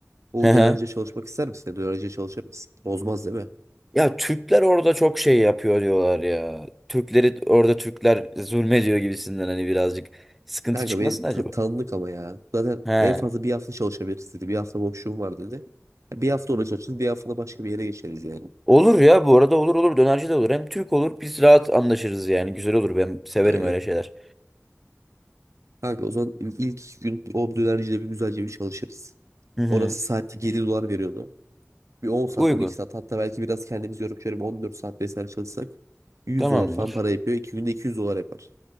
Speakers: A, on the right; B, in the centre.
A: O
B: Hı
A: dönerciye
B: hı.
A: çalışmak ister misin? Dönerciye çalışır mısın? Bozmaz değil mi?
B: Ya Türkler orada çok şey yapıyor diyorlar ya. Türkleri orada Türkler zulmediyor gibisinden hani birazcık sıkıntı
A: Kanka
B: çıkmasın
A: beni ta-
B: acaba?
A: tanıdık ama ya. Zaten
B: He.
A: en fazla bir hafta çalışabiliriz dedi. Bir hafta boşluğum var dedi. Bir hafta orada çalışırız. Bir hafta da başka bir yere geçeriz yani.
B: Olur ya bu arada olur olur dönerci de olur. Hem Türk olur biz rahat anlaşırız yani. Güzel olur ben severim
A: Aynen.
B: öyle şeyler.
A: Kanka o zaman ilk gün o dönercide bir güzelce bir çalışırız.
B: Hı hı.
A: Orası saati 7 dolar veriyordu. Bir 10 saat
B: Uygun.
A: 12 saat hatta belki biraz kendimizi yorup şöyle bir 14 saat vesaire çalışsak 100
B: Tamamdır.
A: dolar falan para yapıyor. İki günde 200 dolar yapar.